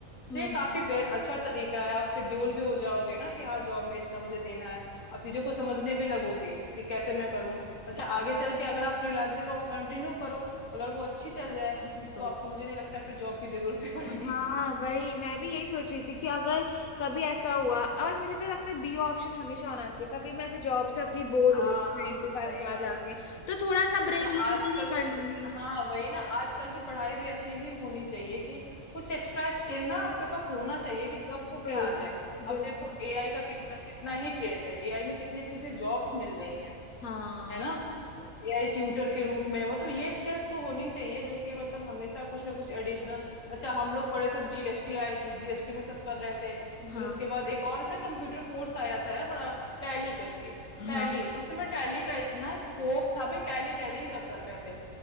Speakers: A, on the left; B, on the left.
A: हम्म
B: तो ये काफी बे- अच्छा तरीका है आप शेड्यूल भी हो जाओगे ना कि हाँ जॉब में इतना मुझे देना है आप चीजों को समझने भी लगोगे कि कैसे मैं करूँ अच्छा आगे चल के अगर आप फ्रीलांसिंग को आप कंटिन्यू करो अगर वो अच्छी चल जाए
A: वही
B: तो
A: तो
B: आपको मुझे नहीं लगता फिर जॉब की जरूरत भी <laughs> पड़ेगी
A: हाँ वही मैं भी यही सोच रही थी कि अगर कभी ऐसा हुआ और मुझे तो लगता है बी ऑप्शन हमेशा होना चाहिए कभी मैं ऐसे जॉब से अपनी बोर
B: हाँ
A: हो गई
B: हाँ
A: नाइन टू
B: सही
A: फाइव जा
B: बात
A: जाके तो थोड़ा सा ब्रेक
B: अच्छा आजकल
A: लेके मैं ये
B: की
A: कर लूंगी
B: हाँ वही ना आजकल की पढ़ाई भी ऐसी ही होनी चाहिए कि कुछ एक्स्ट्रा स्किल ना आपके पास होना चाहिए कि
A: बिल्कुल
B: कब को क्या आ जाए
A: बिल्कुल
B: अब देखो एआई का कितना कितना ही ट्रेंड है एआई में कितनी अच्छी अच्छी जॉब्स मिल रही हैं
A: हाँ
B: है ना तो एआई ट्यूटर के रूप में मतलब ये स्किल्स तो होनी चाहिए जो कि मतलब हमेशा कुछ ना कुछ एडिशनल अच्छा हम लोग पढ़े थे जीएसटी आई थी जीएसटी में सब कर रहे थे
A: हाँ
B: फिर उसके बाद एक और था कंप्यूटर कोर्स आया था यार बड़ा टैली करके टैली
A: हाँ
B: उसमें टैली का इतना स्कोप था भाई टैली टैली सब कर रहे थे